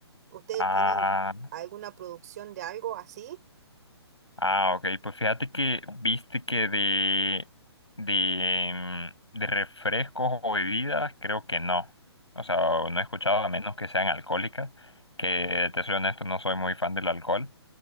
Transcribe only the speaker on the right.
¿Ustedes
tienen alguna producción de algo así?